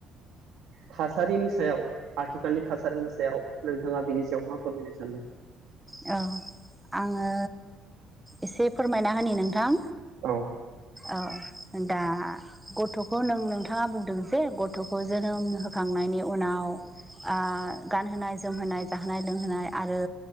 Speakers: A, on the right; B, in the centre.
A: थासारिनि सायाव आथिखालनि थासारिनि सायाव नोंथाङा बिनि सायाव मा फोरमायनो सानदों?
B: औ आङो एसे फोरमायना होनि नोंथां।
A: औ
B: औ दा गथ'खौ नों नोंथाङा बुंदों जे ग थ'खौ जोनोम होखांनायनि उनाव ओ गानहोनाय जोमहोनाय। जाहोनाय लोंहोनाय आरो